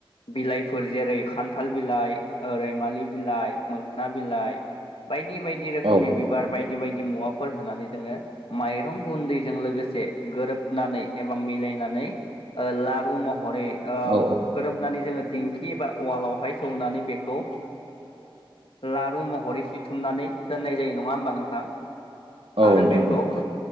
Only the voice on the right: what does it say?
औ
औ
औ
नोंथां
औ